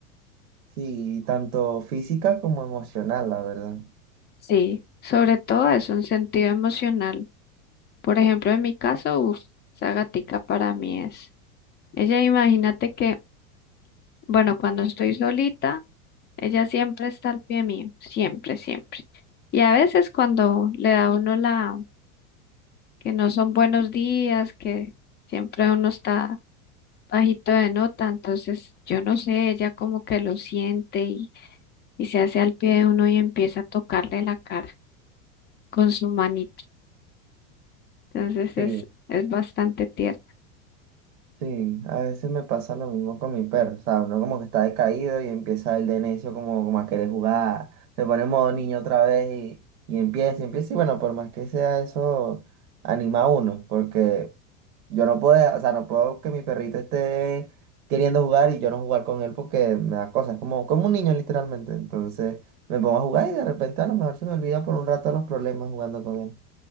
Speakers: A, on the right (about 80°); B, on the left (about 25°).
A: sí, tanto física como emocional, la verdad.
B: Sí, sobre todo es un sentido emocional. Por ejemplo, en mi caso, uff, esa gatica para mí es. Ella, imagínate que, bueno, cuando estoy solita. Ella siempre está al pie mío, siempre, siempre. Y a veces cuando le da a uno la, que no son buenos días, que siempre uno está bajito de nota, entonces yo no sé, ella como que lo siente y, y se hace al pie de uno y empieza a tocarle la cara con su manito. Entonces
A: Sí,
B: es, es bastante tierno.
A: sí, a veces me pasa lo mismo con mi perro, o sea, uno como que está decaído y empieza el de necio como, como a querer jugar, se pone en modo niño otra vez y, y empieza, y empieza, y bueno, por más que sea eso, anima a uno, porque Yo no puedo, o sea, no puedo que mi perrito esté queriendo jugar y yo no jugar con él porque me da cosas, es como, como un niño literalmente. Entonces me pongo a jugar y de repente a lo mejor se me olvida por un rato los problemas jugando con él.